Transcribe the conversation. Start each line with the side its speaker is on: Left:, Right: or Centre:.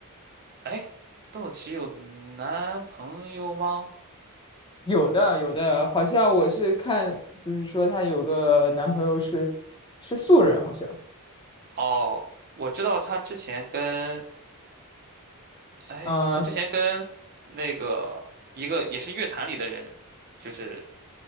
Right: 哎，邓紫棋有男朋友吗？
Left: 有的有的，好像我是看，就是说她有个男朋友是是素人，好像。
Right: 哦，我知道她之前跟哎，
Left: 嗯，
Right: 她之前跟那个一个也是乐坛里的人，就是